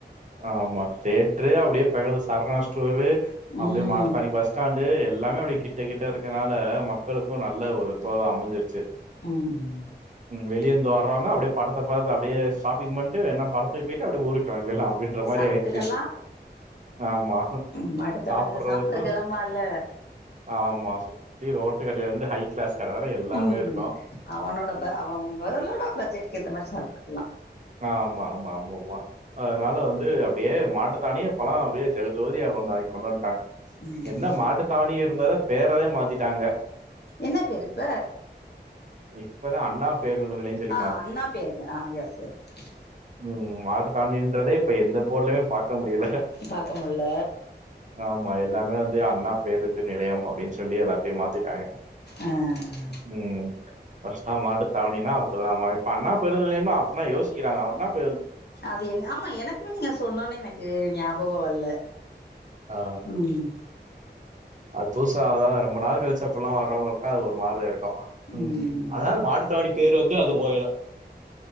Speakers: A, on the right; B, on the left.
A: ஆ ஆமா தேட்ரு அப்படியே பக்கதுல சரணா ஸ்டோரு அப்படியே
B: ம்
A: மாட்டுதாவனி பஸ் ஆண்டு எல்லாமே அப்படி கிட்ட கிட்ட இருக்கனால மக்களுக்கும் நல்ல ஒரு தோதா அமைஞ்சி
B: உம்
A: வெளியேந்து வர்றவங்க அப்பிடியே படத்தை பாத்து அப்பிடியே ஷாப்பிங் பண்ட்டு வேனா படத்துக்கு போயிட்டு அப்டியே ஓடி கிளம்பில்லாம் அப்படின்ற மாரி
B: சாப்ட்டுக்கலா
A: ஆயிடுச்சு ஆமா
B: ம் அடுத்தவன்ல
A: சாப்படுறதும்
B: சாப்டறக்கு எடமா இல்ல
A: ஆமா சுத்தி ரோட்டுக்கடயில இருந்து ஹைக் கிளாஸ் கடை வர எல்லாமே
B: உம்
A: இருக்கும்.
B: அவனோட
A: ம்.
B: அவங்களோட பட்ஜெட்கு ஏத்த மாரி சாப்டு கலாம்
A: ஆமா, ஆமா, ஆமாமா. அதனால வந்து அப்படியே மாட்டுத்தாவனியே பழம் அப்படியே ஜக ஜோதியா கொண்டு வந்துட்டாங்க
B: ம்
A: என்ன மாட்டு தாவணிய இருந்தாத பேறதேன் மாத்திட்டாங்க
B: என்ன பெரு இப்ப
A: இப்பதான் அண்ணா பேருந்து நிலையம்ன்னு சொல்லி
B: ஆஹ் அண்ணா பேரு ஆஹ் எஸ் எஸ் <inaudible>
A: உம் மாட்டு தாவணின்றதே இப்ப எந்த போர்ட்லயமே பா க்க முடியல
B: பாக்க முல்ல
A: ஆமா எல்லாமே வந் அண்ணா பேருந்து நிலையம் அப்படின்னு சொல்லி எல்லாத்தையும் மாத்திட்டாங்க
B: ஆஹ்
A: உம் பஸ்ட்னா மாட்டு தாவணினா அப்படிதான் இப்ப அண்ணா பேருந்து நிலையம்னா என்னா யோசிக்கிறாங்க அண்ணா ப்
B: அது ஆமா எனக்குமே நீங்க சொன்னோனே எனக்கு ஞாபகம் வல்ல
A: ஆ
B: உம்
A: அது புதுசா ஆவுதா ரொம்ப நாள் கழிச்சு அப்புல்லாம் வரவங்களுக்குலா அது ஒரு மாரிதா இருக்கு உம்
B: ம்
A: அதனால மாட்டுத்தாவணி பேர் வந்தும் அது போவல